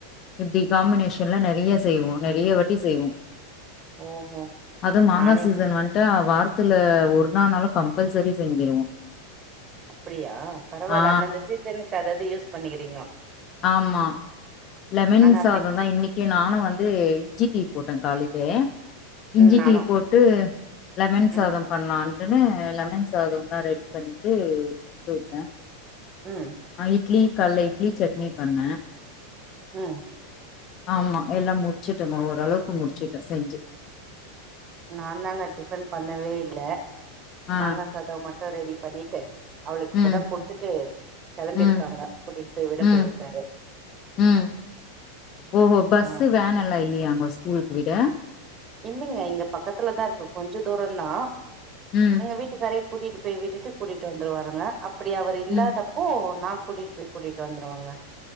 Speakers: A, on the left (about 25°); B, on the right (about 25°).
A: இப்புடி காம்பினேஷன்ல நெறைய செய்வோம் நெறைய வாட்டி செய்வோம்
B: ஓஹோ
A: அதுவும் மாங்கா
B: நானே
A: சீசன் வன்ட்டா வாத்தில ஒரு நாள்னாலு கம்பல்சரி செஞ்சிருவோ
B: அப்படியா பரவால்ல
A: ஆ
B: அந்த அந்த சீசனுக்கு அதது ப்டி யூஸ் பண்ணிக்கிறீங்கோ
A: ஆமா லெமன்
B: அப்படி
A: சாதம்தா இன்னைக்கு நானும் வந்து ஜி டீ போட்டே காலைலே
B: ம்
A: இஞ்சி
B: நானு
A: டீ போட்டு லெமன்
B: ம்
A: சாதம் பண்ணலான் உடனே லெமன் சாதோ ஒன்னா ரெடி பண்ணிட்டு குடுத்து விட்டேன்
B: ம்
A: ஆ இட்லி காலைல இட்லி சட்னி பண்ணே
B: உம்
A: ஆமா எல்லாம் முடிச்சுட்டோங்க ஓரளவுக்கு முடிச்சுட்டோ செஞ்சு
B: நான்தாங்க டிஃபன் பண்ணவே இல்ல
A: ஆ
B: மாங்கா சாதோ மட் அ ரெடி பண்ணிட்டு அவளுக்கு இப்பதா
A: ம்
B: குடுத்துட்டு கெளம்பிருக்காங்க
A: ம்
B: கூட்டிட்டு போய் விடப்
A: ம்
B: போயிருக்காரு
A: ம் ஓஹோ பஸ்ஸு
B: ஆ
A: வேன் எல்லா இல்லையாங்க ஸ்கூலுக்கு விட
B: இல்லைங்க இங்க பக்கத்துலதா இருக்கு கொஞ்ச தூரந்தா
A: ம்
B: எங்க வீட்டுக்காரு கூட்டிட்டு போய் விட்டு கூட்டிட்டு வந்துருவாங்க அப் அப்படி அவர் இல்லாதப்போ
A: ம்
B: நான் கூட்டிட்டு போய் கூட்டிட்டு வந்துருவாங்க